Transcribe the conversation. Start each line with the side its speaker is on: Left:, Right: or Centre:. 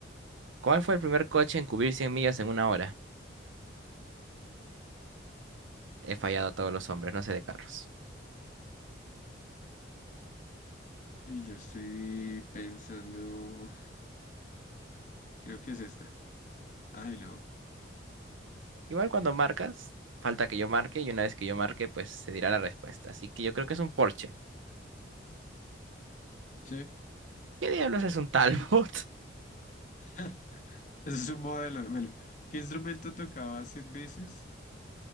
Right: ¿Cuál fue el primer coche en cubrir 100 millas en una hora? He fallado a todos los hombres, no sé de carros.
Left: Y yo estoy pensando, creo que es esta. Ay, no.
Right: Igual cuando marcas, falta que yo marque y una vez que yo marque, pues se dirá la respuesta. Así que yo creo que es un Porsche.
Left: Sí,
Right: ¿Qué diablos es un Talbot?
Left: <laughs> ese es un modelo. de melo ¿qué instrumento tocaba Sid Vicious?